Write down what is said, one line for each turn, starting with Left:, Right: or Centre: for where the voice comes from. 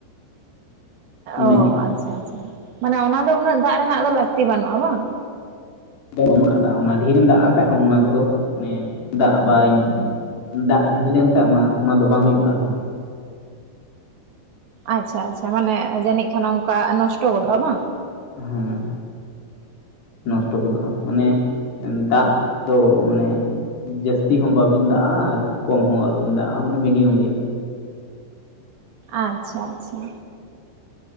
Left: ᱤᱱᱟᱹᱜᱮ
Right: ᱚ ᱟᱪᱪᱷᱟ ᱟᱪᱪᱷᱟ, ᱢᱟᱱᱮ ᱚᱱᱟ ᱫᱚ ᱩᱱᱟᱹᱜ ᱫᱟᱜ ᱨᱮᱱᱟᱜ ᱫᱚ ᱞᱟᱹᱠᱛᱤ ᱵᱟᱹᱱᱩᱜᱼᱟ ᱵᱟᱝ?
Left: ᱚᱱ ᱠᱟ <unintelligible> ᱚᱱᱟ ᱰᱷᱤᱨᱮᱢ ᱫᱟᱜ ᱠᱷᱟᱡ ᱦᱚᱸ ᱚᱱᱟ ᱠᱚᱫᱚ ᱚᱱᱮ ᱫᱟᱜ ᱵᱟᱭ ᱫᱟᱜ ᱰᱷᱤᱞ ᱞᱮᱱᱠᱷᱟᱡ ᱚᱱᱟ ᱚᱱᱟ ᱫᱚ ᱵᱟᱝ ᱦᱩᱭᱩᱜᱼᱟ ᱟᱨᱦᱚᱸ᱾
Right: ᱟᱪᱪᱷᱟ, ᱟᱪᱪᱷᱟ, ᱢᱟᱱᱮ ᱡᱟᱹᱱᱤᱡ ᱠᱷᱟᱱ ᱚᱱᱠᱟ ᱱᱚᱥᱴᱚ ᱜᱚᱫᱚᱜᱼᱟ ᱵᱟᱝ?
Left: ᱦᱮᱸ ᱱᱚᱥᱴᱚ ᱜᱚᱫᱚᱜᱼᱟ, ᱢᱟᱱᱮ ᱫᱟᱜᱼᱼ ᱫᱚ ᱢᱟᱱᱮ ᱡᱟᱹᱥᱛᱤ ᱦᱚᱸ ᱵᱟᱵᱤᱱ ᱫᱟᱜᱼᱟ, ᱟᱨ ᱠᱚᱢ ᱦᱚᱸ ᱟᱞᱚᱵᱤᱱ ᱫᱟᱜᱼᱟ, ᱢᱟᱱᱮ ᱢᱤᱰᱤᱭᱟᱢ ᱨᱮᱭᱟᱜ
Right: ᱟᱪᱪᱷᱟ, ᱟᱪᱪᱷᱟ᱾